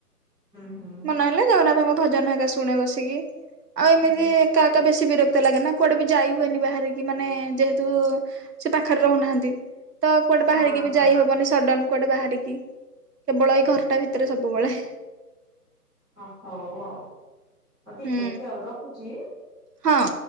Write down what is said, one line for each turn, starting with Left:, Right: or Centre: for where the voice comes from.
Centre: ହୁଁ
Right: ମନହଲେ ଜଗନ୍ନାଥଙ୍କ ଭଜନ ହେରିକା ଶୁଣେ ବସିକି ଆଉ ଏମିତି
Centre: ହୁଁ
Right: ଏକା ଏକା ବେଶୀ ବିରକ୍ତ ଲାଗେ ନା କୁଆଡେ ବି ଯାଇ ହୁଏନି ବାହାରିକି ମାନେ ଯେହେତୁ ସେ ପାଖରେ ରହୁନାହାନ୍ତି। ତ କୁଆଡେ ବାହାରିକି
Centre: ହଁ
Right: ବି
Centre: ହଁ
Right: ଯାଇ ହବନି ସଡନ୍ କୁଆଡେ ବାହାରିକି କେବଳ ଏଇ ଘରଟା ଭିତରେ ସବୁବେଳେ
Centre: ଅ ହଉ ଆଉ ଆଉ ଠିକ୍
Right: ହୁଁ
Centre: ଅଛି ରଖୁଛି?
Right: ହଁ।